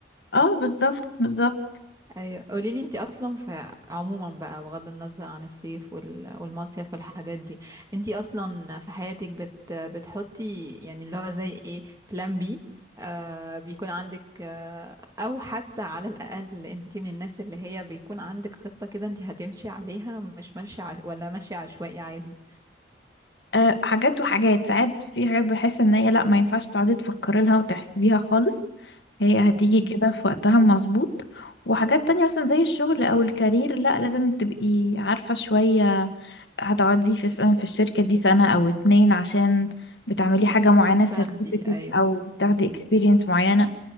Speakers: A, on the left; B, on the right.
A: اه بالظبط بالظبط
B: ايوه قولي لي انت اصلا في عموما بقى بغض النظر عن الصيف وال- والمصيف والحاجات دي انت اصلا في حياتك بت بتحطي يعني اللي هو زي ايه بلان بي آه بيكون عندك آه او حتى على الاقل انت من الناس اللي هي بيكون عندك خطة كده انت هتمشي عليها مش ماشية عش... ولا ماشية عشوائي عادي
A: أه حاجات وحاجات ساعات في حاجات بحس ان هي لا ما ينفعش تقعدي تفكري لها وتحسبيها خالص هي هتيجي
B: مم.
A: كده في وقتها مظبوط وحاجات تانية مثلا زي الشغل او الكارير لا لازم تبقي عارفة شوية هتقعدي في سنة في الشركة دي سنة او اتنين عشان بتعملي حاجة معينة سيرتيفيكت
B: تاخدي ايوه
A: او بتاخدي اكسبيرينس معينة